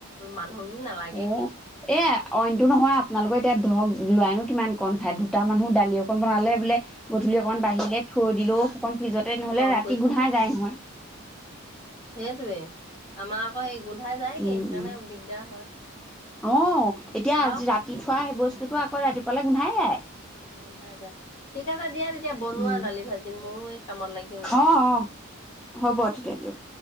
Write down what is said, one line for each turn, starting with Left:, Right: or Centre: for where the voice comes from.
Left: মানুহ নালাগে
Centre: অ',
Left: কি।
Centre: এ, অইনটো নহয়, আপোনালোকৰ এতিয়া ধৰক লৰাইনো কিমান কণ খায়, দুটা মানুহ দালি অকণ বনালে বোলে গধূলি অকণমান
Left: উম,
Centre: বাঢ়িলে থৈ দিলো, অকণ ফিজতে নহ'লে
Left: গৰম
Centre: ৰাতি
Left: কৰি খাব
Centre: গোন্ধাই যায় নহয়।
Left: সেইটোৱে আমাৰ আকৌ সেই গোন্ধাই যায় নেকি,
Centre: উম,
Left: সেইকাৰণে
Centre: উম।
Left: দিগদাৰ হয়।
Centre: অ, এতিয়া
Left: বাৰু
Centre: আজি ৰাতি থোৱা সেই বস্তুটো আকৌ ৰাতিপুৱালে গোন্ধাই যাই।
Left: গোন্ধাই যায়, ঠিক আছে দিয়া, তেতিয়া বনোৱা
Centre: উম।
Left: দালি- ভাজি ময়ো এই কামত লাগিমগৈ।
Centre: অ', অ', হ'ব, তেতিয়া দিয়ক।